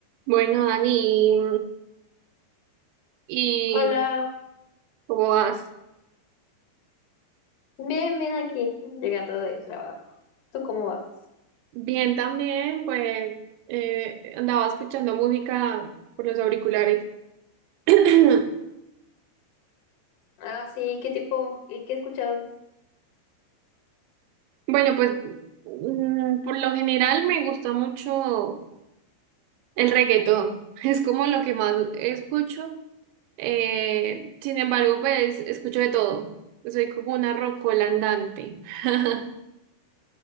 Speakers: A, on the right; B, on the left.
A: Bueno, Dani, y, y
B: Hola,
A: ¿cómo vas?
B: bien, bien aquí, llegando del trabajo. ¿Tú cómo vas?
A: Bien también, pues eh, andaba escuchando música por los auriculares. <clears throat>
B: Ah, sí, ¿qué tipo? ¿Y qué escuchas?
A: Bueno, pues mm, por lo general me gusta mucho el reggaetón, <laughs> es como lo que más escucho. Eh, sin embargo, pues escucho de todo. Soy como una rocola andante. <laughs>